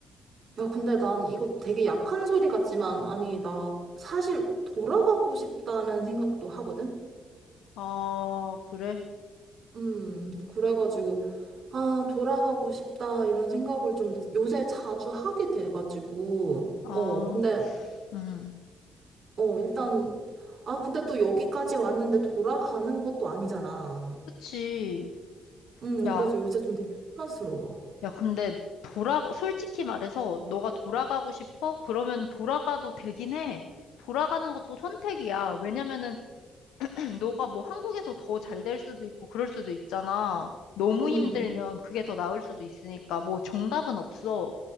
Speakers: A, on the right; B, on the left.
A: 야, 근데 난 이거 되게 약한 소리 같지만, 아니, 나 사실 돌아가고 싶다는 생각도 하거든?
B: 아, 그래?
A: 음, 그래가지고, 아, 돌아가고 싶다, 이런 생각을 좀 요새 자주 하게 돼가지고,
B: 아,
A: 어, 근데,
B: 음.
A: 어, 일단, 아, 근데 또 여기까지 왔는데 돌아가는 것도 아니잖아.
B: 그치.
A: 음,
B: 야,
A: 그래서 요새 좀 되게 혼란스러워.
B: 야, 근데 돌아, 솔직히 말해서 너가 돌아가고 싶어? 그러면 돌아가도 되긴 해. 돌아가는 것도 선택이야. 왜냐면은 <clears throat> 너가 뭐 한국에서 더 잘 될 수도 있고 그럴 수도 있잖아. 너무
A: 음,
B: 힘들면 그게 더 나을 수도 있으니까 뭐 정답은 없어.